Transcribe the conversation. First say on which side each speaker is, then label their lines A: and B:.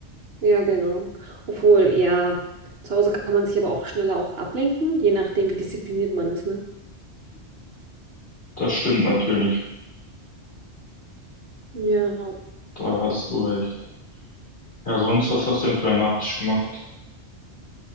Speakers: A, on the right (about 60°); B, on the left (about 55°).
A: ja, genau. Obwohl, ja, zu Hause kann man sich aber auch schneller auch ablenken, je nachdem, wie diszipliniert man ist, ne?
B: Das stimmt natürlich.
A: Ja.
B: Da hast du recht. Ja, sonst, was hast du denn für einen Nachtisch gemacht?